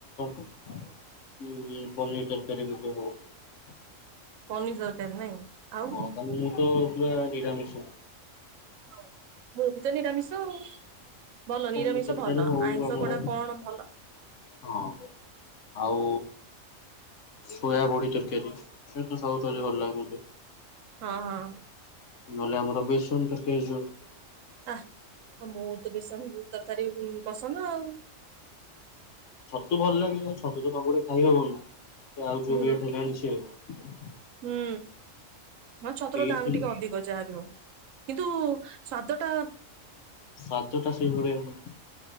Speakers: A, on the left; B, on the right.
A: ହୁଁ ପନିର ତରକାରୀ ବି ବୋହୁତୁ
B: ପନିର୍ ତରକାରୀ ନାଇଁ। ଆଉ
A: ହଁ ତମେ ମୁଁ ତ ପୁରା ନିରାମିଷା
B: ହଁ ମୁଁ ବିତ ନିରାମିଷ। <unintelligible> ଭଲ
A: ପନିର
B: ନିରାମିଷ
A: ତରକାରୀ
B: ଭଲ
A: ହଉ
B: ଆଇଁଷ
A: ଆମର
B: ଗଢ଼ା କଣ ଭଲ?
A: ହଁ ଆଉ ସୋୟା ବଡ଼ି ତରକାରୀ ସେ ତ ସବୁବେଳେ ଭଲ ଲାଗେ ମୋତେ।
B: ହଁ ହଁ।
A: ନହଲେ ଆମର ବେସନ ତରକାରୀ ଜୋଉ
B: ଆ ମୋର ତ ବେସନ ତରକାରୀ ପସନ୍ଦ ଆଉ।
A: ତୁ ଭଲ ଲାଗେ ଆଉ ଛତୁ ତ ସବୁବେଳେ ଖାଇ ହବକି। ଆଉ ଯୋଉ
B: ହୁଁ
A: ରେଟ। <unintelligible> <inaudible>
B: ହୁଁ ମ ଛତୁ ର
A: ଏଇ
B: ଦାମ୍ ଟିକେ ଅଧିକ ଯାହା ବିି ହଉ କିନ୍ତୁ ସ୍ୟାଦଟା
A: ସାଞ୍ଚଟା ସେହିଭଳିଆ ହୁ।